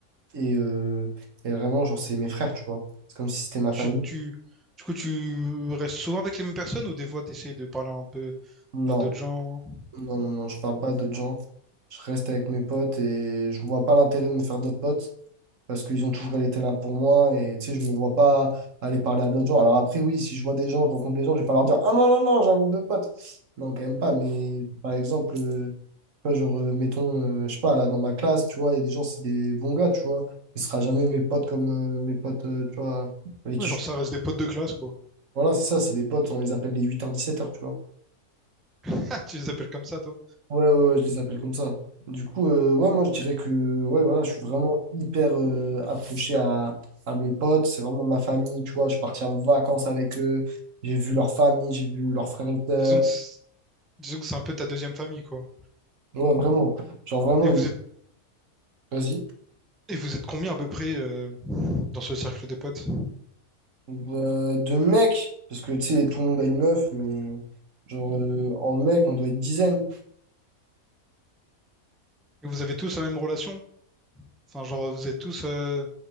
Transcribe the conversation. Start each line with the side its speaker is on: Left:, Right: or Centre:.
Right: Et, euh, et vraiment, genre, c'est mes frères, tu vois. C'est comme si c'était ma
Centre: Et Tu,
Right: famille.
Centre: tu, du coup, tu restes souvent avec les mêmes personnes ou des fois tu essaies de parler un peu
Right: Non,
Centre: à d'autres gens?
Right: non, non, non, je parle pas à d'autres gens. Je reste avec mes potes et je vois pas l'intérêt de me faire d'autres potes. parce qu'ils ont toujours été là pour moi et tu sais, je me vois pas aller parler à d'autres gens. Alors après, oui, si je vois des gens, je rencontre des gens, je vais pas leur dire, ah non, non, non, j'ai un groupe de potes. Non, quand même pas, mais par exemple, euh, tu vois, genre, euh, mettons, euh, je sais pas, là, dans ma classe, tu vois, il y a des gens, c'est des bons gars, tu vois, mais ce sera jamais mes potes comme euh, mes potes, euh, tu vois, avec
Centre: Ouais,
Right: qui
Centre: genre
Right: je...
Centre: ça reste des potes de classe, quoi.
Right: Voilà, c'est ça, c'est des potes, on les appelle les 8h-17h, tu vois.
Centre: <laughs> Tu les appelles comme ça, toi?
Right: Ouais, ouais, ouais, je les appelle comme ça. Du coup, euh, ouais, moi, je dirais que ouais, voilà, je suis vraiment hyper euh, accroché à, à mes potes. C'est vraiment ma famille, tu vois. Je suis parti en vacances avec eux. J'ai vu leur famille, j'ai vu leurs frères et sœurs.
Centre: Disons que c'est- disons que c'est un peu ta deuxième famille, quoi.
Right: Ouais, vraiment. Genre, vraiment,
Centre: Et
Right: une-
Centre: vous êtes
Right: vas-y.
Centre: et vous êtes combien à peu près euh, dans ce cercle de potes?
Right: Euh, de mecs, parce que, tu sais, tout le monde a une meuf, mais genre, euh, en mec, on doit être dizaines.
Centre: Et vous avez tous la même relation? Enfin, genre vous êtes tous euh,